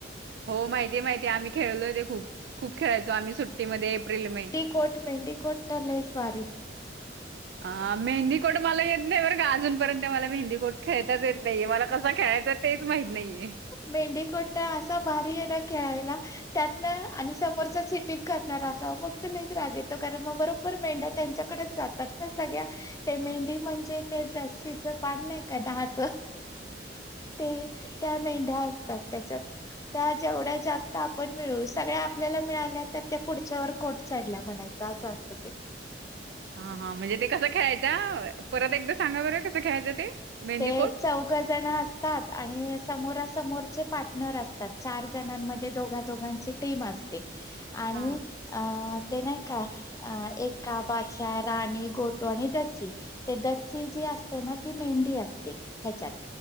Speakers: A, on the right; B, on the left.
A: हो माहिती माहिती आम्ही खेळलो ते खूप खूप खेळायचो आम्ही सुट्टीमध्ये एप्रिल मे
B: कोट मेहंदी कोट तर लईचं भारी.
A: अ मेहंदी कोट मला येत नाही बरं का अजूनपर्यंत मला मेहंदी कोट खेळताचं येत नाही. नाहीये मला कसा खेळायचा तेच माहित नाहीये.
B: मेंढीकोट्टा असा भारी आहे ना खेळायला. त्यात ना आणि समोरच चिटिंग करणार असावं मग तर लईचं राग येतो कारण मग बरोबर मेंढा त्यांच्याकडेच जातात ना सगळ्या ते मेंढी म्हणजे ते दसीच पान नाही का दहाच ते त्या मेंढ्या असतात त्याच्यात. त्या जेवढ्या जास्त आपण मिळवू सगळ्या आपल्याला मिळाल्या तर त्या पुढच्यावर कोट चढल्या म्हणायचं. चाचं असतं ते.
A: हा हा म्हणजे ते कसं खेळायचं परत एकदा सांगा बरं कसं खेळायचं ते. मेहंदीकोट?
B: तेच. चौघ जण असतात आणि समोरा समोरचे पार्टनर असतात चार जणांमध्ये दोघ. दोघांची टीम असते आणि
A: हां.
B: अ ते नाही का अ एका बाचा राणी गोटू आणि दसी. ते दसी जी असते ना ती मेंढी असते ह्याच्यात.